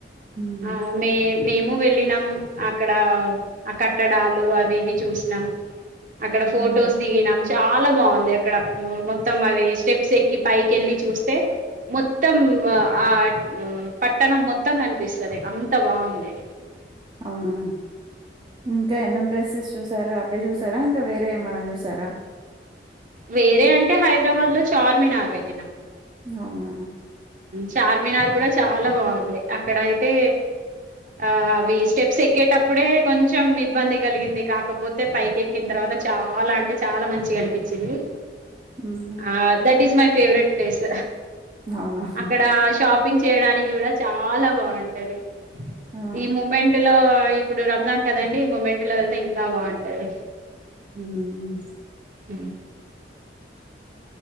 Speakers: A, on the right (about 25°); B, on the right (about 45°).
A: ఉమ్
B: ఆ మీ మేము వెళ్ళినం అక్కడ ఆ కట్టడాలు అవి ఇవి చూసినాం అక్కడ ఫొటోస్
A: ఉమ్
B: దిగినాం చాలా బాగుంది అక్కడ మొత్తం అవి స్టెప్స్ ఎక్కి పైకి వెళ్ళి చూస్తే మొత్తం ఆ పట్టణం మొత్తం కనిపిస్తుంది అంత బాగుంది
A: అవునా ఇంకా ఎంఎం ప్రెసెస్ చూసారా అవే చూసారా ఇంకా వేరే ఏమైన చూసారా
B: వేరే అంటే హైదరాబాద్ లో చార్మినార్ వెళ్ళిన
A: అవునా
B: చార్మినార్ కూడా చాలా బాగుంది అక్కడ అయితే. ఆ అవి స్టెప్స్ ఎక్కేటప్పుడే కొంచెం ఇబ్బంది కలిగింది కాకపోతే పైకి ఎక్కిన తర్వాత.. చాలా అంటే చాలా మంచిగా అనిపించింది.
A: ఉహు
B: ఆ that is my favourite place.
A: అవునా.. !
B: అక్కడ షాపింగ్ చేయడానికి కూడా చాలా బాగుంటది
A: ఆ
B: ఈ మూమెంట్ లో. ఇప్పుడు రంజాన్ కదండి మూమెంట్లో వెళ్తే ఇంకా బాగుంటది
A: హ్మ్మ్
B: హ.